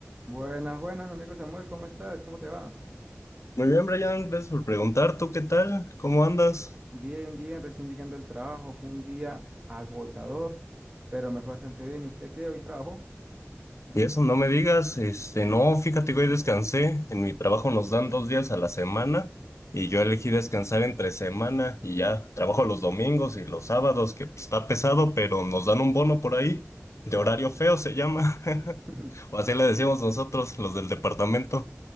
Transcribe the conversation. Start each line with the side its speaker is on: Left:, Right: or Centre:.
Right: Buenas, buenas, mi amigo Samuel, ¿cómo estás? ¿Cómo te va?
Left: Muy bien, Brian, gracias por preguntar. ¿Tú qué tal? ¿Cómo andas?
Right: Bien, bien, recién llegando al trabajo, fue un día agotador, pero me fue bastante bien. ¿Y usted qué? ¿Hoy trabajó?
Left: Y eso, no me digas, este, no, fíjate que hoy descansé. En mi trabajo nos dan dos días a la semana y yo elegí descansar entre semana y ya trabajo los domingos y los sábados, que pues, está pesado, pero nos dan un bono por ahí, de horario feo se llama, <laughs>
Right: <laughs>
Left: o así le decimos nosotros, los del departamento.